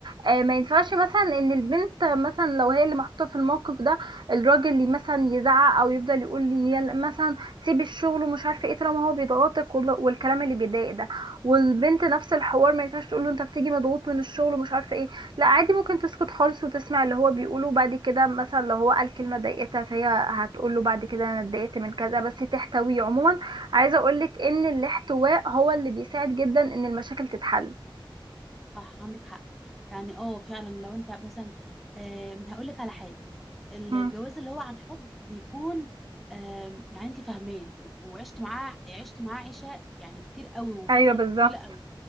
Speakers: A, on the right; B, in the centre.
A: آه، ما ينفعش مثلا ان البنت مثلا لو هي اللي محطوطه في الموقف ده الراجل اللي مثلا يزعق او يفضل يقول لي يلا مثلا سيب الشغل ومش عارفه ايه طالما هو بيضغطك وال- والكلام اللي بيضايق ده والبنت نفس الحوار ما ينفعش تقول له انت بتيجي مضغوط من الشغل ومش عارفه ايه لا عادي ممكن تسكت خالص وتسمع اللي هو بيقوله بعد كده مثلا لو هو قال كلمه ضايقتها فهي هتقول له بعد كده انا اتضايقت من كذا بس تحتويه عموما عايزه اقولك ان الاحتواء هو اللي بيساعد جدا ان المشاكل تتحل
B: صح عندك حق يعني اه فعلا لو انت مثلا آه هقولك على حاجه ال-
A: مم.
B: الجواز اللي هو عن حب بيكون آه يعني انت فاهماه و- وعشت معاه عشت معاه عيشه يعني كتير قوي وفتره
A: ايوه بالظبط
B: طويله قوي